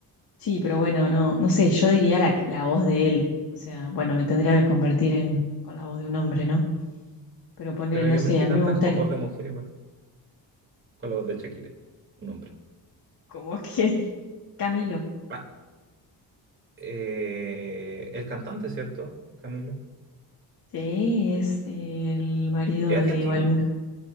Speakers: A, on the left; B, on the right.
A: Sí, pero bueno, no, no sé, yo diría la, la voz de él. O sea, bueno, me tendría que convertir en con la voz de un hombre, ¿no? Pero poner,
B: Pero hay
A: no
B: hombres
A: sé,
B: que
A: a
B: cantan
A: mí me gustaría.
B: con voz de mujer igual, con la voz de Shakira, un hombre.
A: ¿Cómo quién? <laughs> Camilo.
B: Ah, eh, el cantante, ¿cierto, Camilo?
A: Sí, es el marido
B: ¿Es
A: de
B: argentino?
A: Baluna.